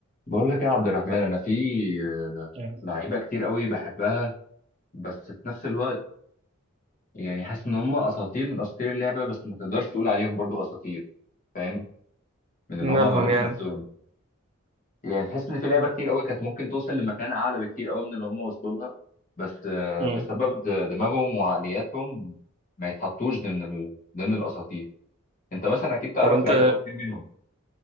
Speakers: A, on the left; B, on the right.
A: بقول لك يا عبد الرحمن انا في آه،
B: يعني.
A: لعيبه كتير قوي بحبها بس في نفس الوقت يعني حاسس ان هم اساطير من اساطير اللعبه بس ما تقدرش تقول عليهم برضو اساطير فاهم من اللي
B: مالهم
A: هم عملوه
B: يعني
A: في مم. نفسهم يعني تحس ان في لعيبه
B: مم.
A: كتير قوي كانت ممكن توصل لمكان اعلى بكتير قوي من اللي هم وصلوا لها بس آه،
B: مم.
A: بسبب د- دماغهم وعقلياتهم ما يتحطوش ضمن ال- ضمن الاساطير انت مثلا اكيد تعرف
B: طب انت
A: لعيب او اتنين منهم